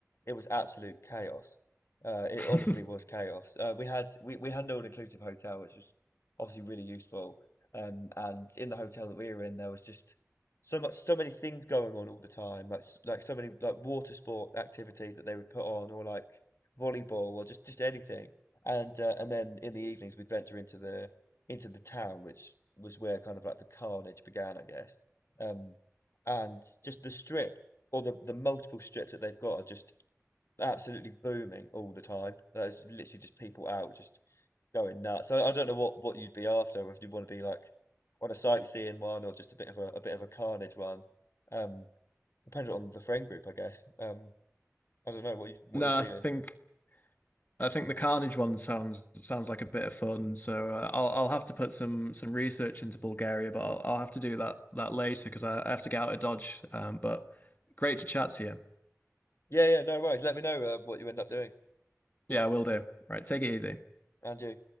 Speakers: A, on the left; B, on the left.
A: it was absolute chaos. Uh, it
B: <laughs>
A: honestly was chaos. Uh, we had we, we had an all-inclusive hotel, which was obviously really useful. Um, and in the hotel that we were in, there was just so much, so many things going on all the time, like s- like so many like water sport activities that they would put on, or like volleyball, or just just anything. And uh, and then in the evenings, we'd venture into the into the town, which was where kind of like the carnage began, I guess. Um, and just the strip or the the multiple strips that they've got are just absolutely booming all the time. There's literally just people out just going nuts. I, I don't know what what you'd be after if you want to be like on a sightseeing one or just a bit of a, a bit of a carnage one. Um, depends on the friend group, I guess. Um, I don't know what you what
B: No,
A: you feeling.
B: I think. I think the Carnage one sounds sounds like a bit of fun. So uh, I'll I'll have to put some some research into Bulgaria, but I'll, I'll have to do that that later because I, I have to get out of Dodge. Um, but great to chat to you.
A: Yeah, yeah, no worries. Let me know uh, what you end up doing,
B: Yeah, I will do. Right, take it easy.
A: and you.